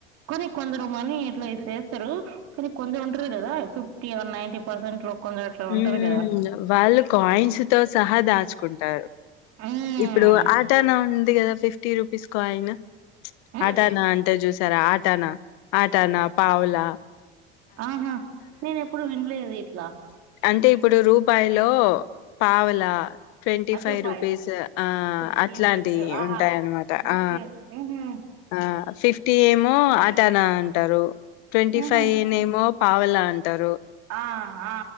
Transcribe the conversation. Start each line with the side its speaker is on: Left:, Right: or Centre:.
Right: కొనీ కొందరు మని ఇట్లాస్తారు కానీ కొందరు ఉంటారు కదా ఫిఫ్టీ వన్ నైటీ పర్సెట్ లో కొందరు అట్లా ఉంటారు
Left: ఉ
Right: కదా
Left: ఉ వాళ్ళు కాయిన్స్ తో సహా దాచుకుంటారు
Right: మ్మ్
Left: ఇప్పుడు ఆటానా ఉంది కదా ఫిఫ్టీ రూపీస్ కాయిన్
Right: మ్మ్
Left: ఆటానా అంటే చూసారా ఆటానా ఆటానా పావులా
Right: ఆహా నేను ఎప్పుడు వినలేదు ఇట్లా
Left: అంటే ఇప్పుడు రూపాయిలో పావలా ట్వంటీ
Right: అది
Left: ఫైవ్
Right: రూపాయి
Left: రూపీస్ ఆ
Right: ఫిఫ్టీ
Left: అట్లాంటివి
Right: ట్వంటీ ఫైవ్ ఆహా
Left: ఉంటాయ అన్నమాట
Right: ఓకే
Left: ఆ
Right: మ్మ్హ్మ్,
Left: ఆ ఫిఫ్టీ ఏమో అటనా అంటారు ట్వంటీ
Right: మ్మ్హ్మ్.
Left: ఫైవ్ ఏ నేమో పావలా అంటారు
Right: ఆ ఆ